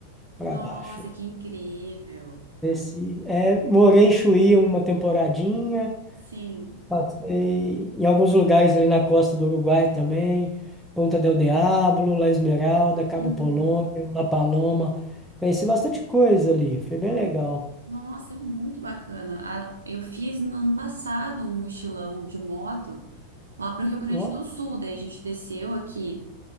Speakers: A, in the centre; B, on the right (about 70°).
A: pra
B: Nossa,
A: baixo aí.
B: que incrível.
A: Desci. É, morei em Chuí uma temporadinha,
B: Sim.
A: passei em alguns lugares ali na costa do Uruguai também, Ponta del Diablo, La Esmeralda, Cabo
B: Uhum.
A: Polônio, La Paloma. Conheci bastante coisa ali, foi bem legal.
B: Nossa, muito bacana. A- eu fiz no ano passado um mochilão de moto lá para o Rio Grande
A: Ó,
B: do Sul. Daí a gente desceu aqui,